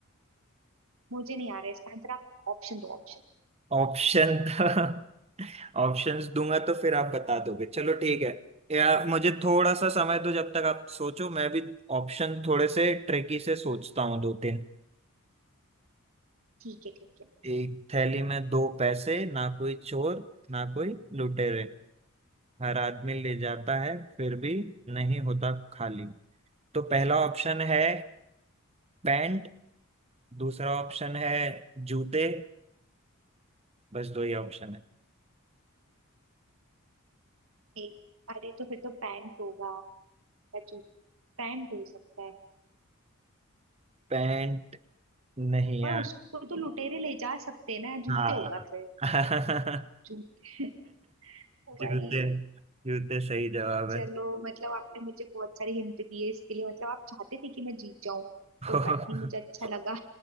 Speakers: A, on the right; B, on the right.
A: मुझे नहीं आ रहा है इसका आंसर आप ऑप्शन दो ऑप्शन दो।
B: ऑप्शन <laughs> तो ऑप्शंस दूंगा तो फिर आप बता दोगे चलो ठीक है यार मुझे थोड़ा सा समय दो जब तक आप सोचो मैं भी ऑप्शन थोड़े से ट्रिकी से सोचता हूँ दो तीन
A: ठीक है ठीक है
B: एक थैली में दो पैसे ना कोई चोर ना कोई लुटेरे हर आदमी ले जाता है फिर भी नहीं होता खाली तो पहला ऑप्शन है पैंट दूसरा ऑप्शन है जूते बस दो ही ऑप्शन है
A: नहीं अरे तो फिर तो पैंट होगा या जू पैंट हो सकता है
B: पैंट नहीं
A: पर
B: यार
A: उसको तो लुटेरे ले जा सकते हैं ना जूते
B: हाँ
A: होगा फिर
B: <laughs>
A: जूते <laughs> भाई
B: जूते जूते सही जवाब
A: चलो
B: है
A: मतलब आपने मुझे बहुत सारी हिंट दी है इसके लिए मतलब आप चाहते थे कि मैं जीत जाऊं
B: <laughs>
A: कोई बात नहीं मुझे अच्छा लगा